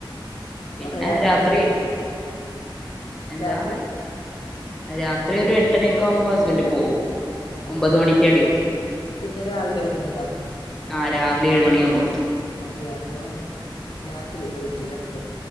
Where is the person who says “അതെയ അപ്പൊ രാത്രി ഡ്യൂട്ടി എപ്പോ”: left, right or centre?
Left